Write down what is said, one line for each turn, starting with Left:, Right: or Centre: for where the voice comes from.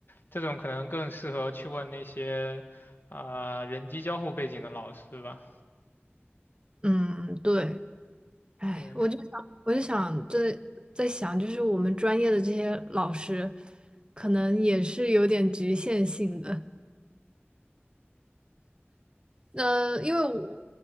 Left: 这种可能更适合去问那些，啊、人机交互背景的老师吧。
Right: 嗯，对。哎，
Left: 对，
Right: 我就想，我就想在在想，就是我们专业的这些老师，可能也是有点局限性的。呃，因为我